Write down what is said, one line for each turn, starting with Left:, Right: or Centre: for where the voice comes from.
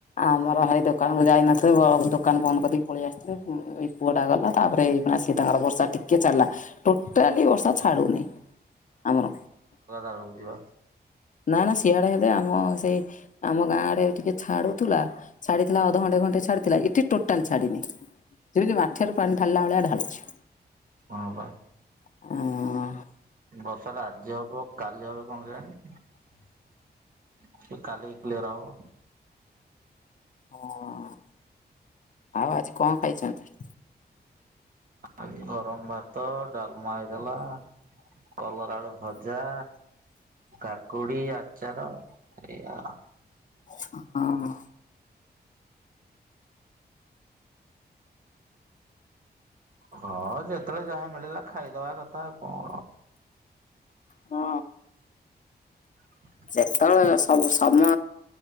Left: ଆମର ଭାର ଦୋକାନ କୁ ଯାଇନଥିଲେ ଦୋକାନ ବନ୍ଦ କରିିକି ପଳେଇ ଆସିଥିଲେ ପୁଅ ଟା ଗଲା ତାପରେ ଏଇ ସିଏ ତାଙ୍କର ବର୍ଷା ଟିକେ ଛାଡ଼ିଲା ଟୋଟାଲି ବର୍ଷା ଛାଡ଼ୁନି ଆମର
Right: ହଉ ଯିବା।
Left: ନା ନା ସିଆଡେ ହେଲେ ଆମ ସେଇ ଆମ ଗାଁ ଆଡେ ଟିକେ ଛାଡୁଥିଲା ଛାଡ଼ିଥିଲା ଅଧଘଣ୍ଟେ ଘଣ୍ଟେ ଛାଡ଼ିଥିଲା ଏଠି ଟୋଟାଲି ଛାଡ଼ିନି। ଯେମିତି ମାଠିଆରୁ ପାଣି ଢାଳିଲା ଭଳିଆ ଢାଳୁଛି
Right: ହଁ ପା।
Left: ଆଁ
Right: ବର୍ଷ ଟା ଆଜି ହବ କାଲି ହବ କଣ କେଜାଣି କାଲି କ୍ଲିୟର ହବ।
Left: ହୁଁ ଆଉ ଆଜି କଣ ଖାଇଛନ୍ତି?
Right: ଏଇ ଗରମ ଭାତ, ଡାଲମା ଲା କଲରା ଆଳୁ ଭଜା କାକୁଡି, ଆଚାର ଏଇଆ ଆଉ।
Left: ହଁ।
Right: ହଁ ଯେତେବେଳେ ଯାହା ମିଳିଲା ଖାଇଦବା କଥା ଆଉ କଣ
Left: ହଁ।
Right: <inaudible>
Left: ଯେତେବେଳେ ସବୁ ସମୟ